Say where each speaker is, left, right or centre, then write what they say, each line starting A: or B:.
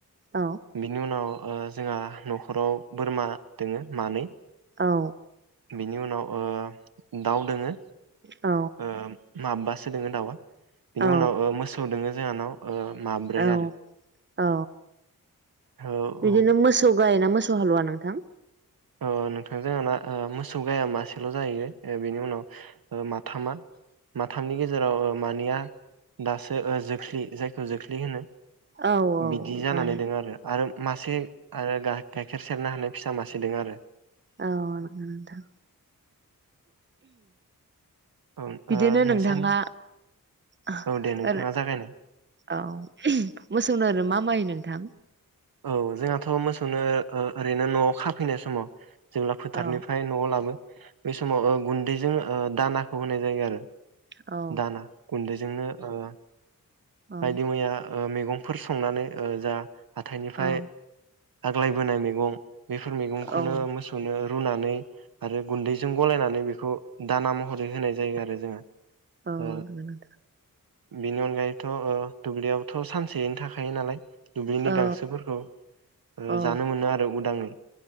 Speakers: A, on the right; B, on the right.
A: औ
B: बिनि उनाव ओ जोंहा नखराव बोरमा दोङो मानै।
A: औ।
B: बिनि उनाव ओ दाउ दोङो
A: औ
B: ओ माबबासो दोङो दाउया बिनि
A: औ
B: उनाव ओ मोसौ दोङो जोंहानाव ओ माब्रै
A: औ
B: आरो
A: औ
B: औ
A: बिदिनो
B: औ
A: मोसौ गाय ना मो सौ हालुवा नोंथां?
B: ओ नोंथां जोंहाना ओ मोसौ गाया मासेल जाहैयो बेनि उनाव ओ माथामा माथामनि गेजेराव ओ मानैया दासो ओ जोख्लि जायखौ जोख्लि होनो
A: औ औ
B: बिदि जानानै
A: गाय
B: दं आरो आरो मासे आरो गाह गाइखेर सेरनो हानाय फिसा मा से दों आरो
A: औ नंगौ नोंथां।
B: औ
A: बिदिनो
B: ओ नोंसानि
A: नोंथाङा ओह
B: औ दे नोंथाङा
A: ओर
B: जागायनाय
A: औ मोसौनो आरो मा माइ थां
B: औ जोंहाथ मोसौनो ओ ओरैनो न'आव खाफैनाय समाव जेब्ला फोथारनिफ्राय
A: औ
B: न'आव लाबो बे समाव ओ गुन्दैजों ओ दानाखौ होनाय जायो आरो
A: औ
B: दाना गुन्दैजोंनो ओ
A: औ
B: बायदि मैया ओ मैगंफोर संनानै ओ जा हाथाइनिफ्राय
A: औ
B: आग्लाय बोनाय मैगं बेफोर मैगंखौनो
A: औ
B: मोसौनो रुनानै आरो गुन्दैजों गलायनानै बेखौ दाना महरै होनाय जायो आरो जोङो। ओ
A: औ नंगौ नोंथां
B: बेनि अनगायैथ' दुब्लियाव थ' सानसेयैनो थाखायो नालाय
A: औ
B: गांसोफोरखौ ओ
A: औ
B: जानो मोनो आरो उदाङै